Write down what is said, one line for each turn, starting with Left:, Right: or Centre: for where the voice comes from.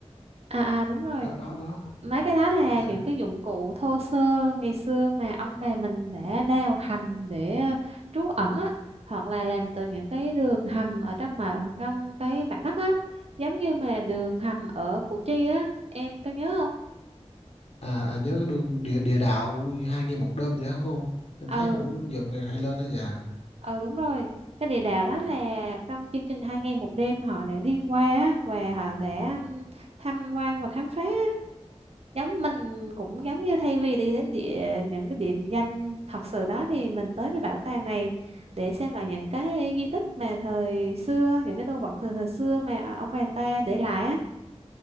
Right: À à đúng rồi.
Left: đó đó đó
Right: mấy cái đó là
Left: dạ.
Right: những cái dụng cụ thô sơ ngày xưa mà ông bà mình đã đào hầm để ờ, trú ẩn á hoặc là làm từ những cái đường hầm ở trong mà trong cái mặt đất á giống như mà đường hầm ở Củ Chi á em có nhớ không
Left: à, à nhớ cái đường địa địa đạo hai ngày một đêm gì đó hả cô em
Right: ừ
Left: thấy cũng giật này hay lên đó dạ
Right: ừ đúng rồi cái địa đạo đó là trong chương trình hai ngày một đêm họ đã đi qua á, và họ đã ừm, tham quan và khám phá á. giống mình cũng giống như thay vì đi đến địa những cái địa danh thật sự đó thì mình tới cái bảo tàng này để xem là những cái di tích mà thời xưa những cái đồ vật từ thời xưa mà à, ông bà ta để lại á